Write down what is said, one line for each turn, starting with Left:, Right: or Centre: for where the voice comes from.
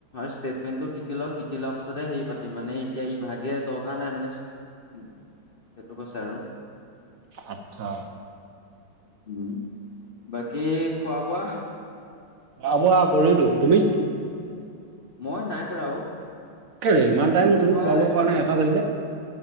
Left: ষ্টেটমেটো শিকি লও শিকি লোৱাৰ পাছতে হে পাতিম মানে ইভাগে দৰকাৰ নাই। নাই মানে সেইটো কৈছে আৰু।
Right: আচ্ছা।
Left: উম বাকী খোৱা-বোৱা?
Right: খোৱা-বোৱা কৰিলোঁ তুমি?
Left: মই নাই কৰা অ।
Right: কেলে ইমান টাইম
Left: কি
Right: তুমি
Left: হয়
Right: খোৱা বোৱা কৰা নাই এটা বাজিলে।